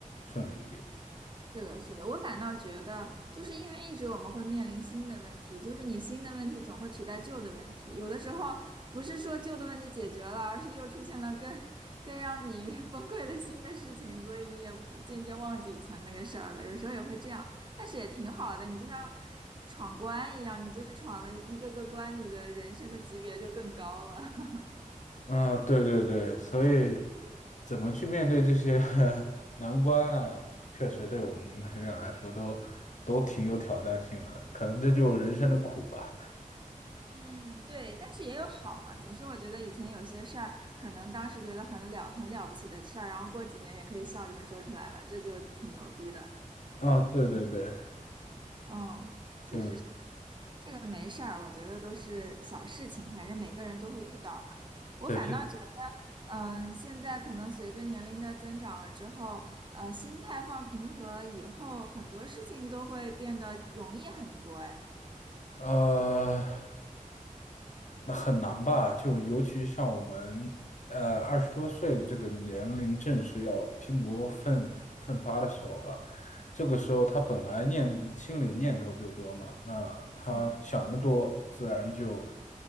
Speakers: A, on the left; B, on the right.
A: 顺利一点。
B: 是的，是的，我反倒觉得，就是因为一直我们会面临新的问题，就是你新的问题总会取代旧的问题，有的时候不是说旧的问题解决了，而是又出现了更更让你 <laughs> 崩溃的新的事情，所以你也不渐渐忘记以前那个事儿了，有时候也会这样，但是也挺好的，你就像闯关一样，你就是闯了一个个关，你的人生的级别就更高了。<laughs>
A: 啊，对对对，所以怎么去面对这些 <laughs> 难关呢？确实对我们每个人来说都都挺有挑战性的，可能这就是人生的苦吧。
B: 嗯，对，但是也有好嘛。总是我觉得以前有些事儿，可能当时觉得很了很了不起的事儿，然后过几年也可以笑着说出来了，这就挺牛逼的。
A: 啊，对对对，
B: 嗯，
A: 就
B: 确实是这个没事儿，我觉得都是小事情，反正每个人都会遇到嘛。我反倒觉得，
A: 对，就
B: 嗯、现在可能随着年龄的增长了之后，呃，心态放平和以后，很多事情都会变得容易很多。哎，
A: 呃，那很难吧？就尤其像我们，呃，二十多岁的这个年龄，正是要拼搏奋奋发的时候吧。这个时候，他本来念心里的念头就多嘛，那他想的多，
B: 嗯。
A: 自然就